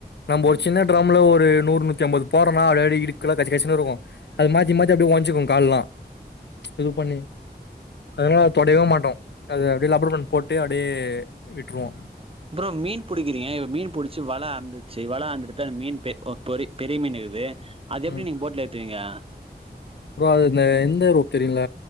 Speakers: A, on the left (about 85°); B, on the right (about 35°).
A: நம்ப ஒரு
B: ம்
A: சின்ன ட்ரம்ல ஒரு நூறு நூத்தி அம்பது போறனா ஆல்ரெடி திக்குல கசகச னு இருக்கு அது மாத்தி மாத்தி அப்டியே ஒஞ்சிக்கும் கால் எல்லா இது பண்ணி அதனால தொடவே மாட்டோ அது அப்டியே லப்பர் போண்டு போட்டு அப்டியே விட்டுருவோ
B: ப்ரோ மீன் புடிக்கிறீங்க இப்ப மீன் புடிச்சு வல அறுந்துச்சு வல அறுத்துட்டு அந்த மீன் பெ கோ பொரி பெரிய மீன் இருக்குது அது எப்பிடி
A: ம்
B: நீங்க போட் ல ஏத்துவீங்க
A: ப்ரோ அது இந்த இந்த ரோட் தெரியுல